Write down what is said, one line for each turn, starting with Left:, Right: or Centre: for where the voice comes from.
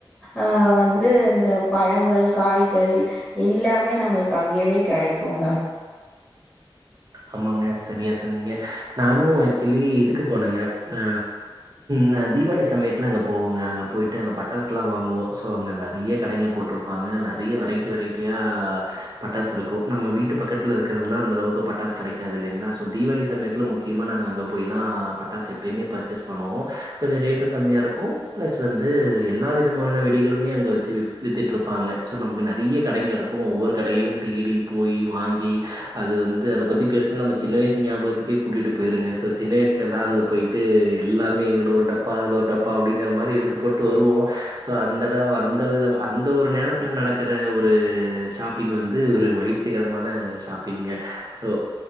Left: அ வந்து இந்த பழங்கள் காய்கள் எல்லாமே நம்மளுக்கு அங்கயவே கெடைக் குங்க
Right: ஆமாங்க செரியா சொன்னீங்க நானு ஆக்சுவலி இதுக்கு போனேங்க அ நா தீபாவளி சமயத்தில அங்கே போவங்க அங்க போயிட்டு அங்க பட்டாசுலா வாங்குவோ சோ அங்கே நெறிய கடைங்க போட்ருப்பாங்க அ நெறைய வெரைட்டி வெரைட்டியா பட்டாஸ்ருக்கு நம்ம வீட்டு பக்கத்துல இருக்கிறதுலா அந்த அளவுக்கு பட்டாஸ் கெடைக்காது இல்லிங்ளா சோ தீபாவளி சமயத்துல முக்கியமா நாங்க அங்க போய் தா பட்டாசு எப்பயுமே பர்ச்சேஸ் பண்ணுவோ கொஞ்சோ ரேட்டு கம்மியாருக்கு ப்ளஸ் வந்து எல்லா விதமான வெடிகளுமே அங்கே வெச்சி வித்துட்டு்ருப்பாங்க சோ நமக்கு நெறிய கடைங்கருக்கு ஒவ்வொரு கடையிலயு தேடி போயி வாங்கி அது வந்து அத பத்திப் பேச நம்ம சின்ன வயசு ஞாபகத்துக்கே கூட்டிட்டு போயிருங்க சோ சின்ன வயசுலெல்லா அங்க போயிட்டு எல்லாமே இதுல ஒருட் டப்பா அல ஒரு டப்பா அப்டிங்கிற மாதிரி எடுத்து போட்டு வருவோ சோ அந்த எடோ அந்த அந்த ஒரு நேரத்தில நடக்குற ஒரு ஷாப்பிங் வந்து ஒரு மகிழ்ச்சிகரமான ஷாப்பிங்கே சோ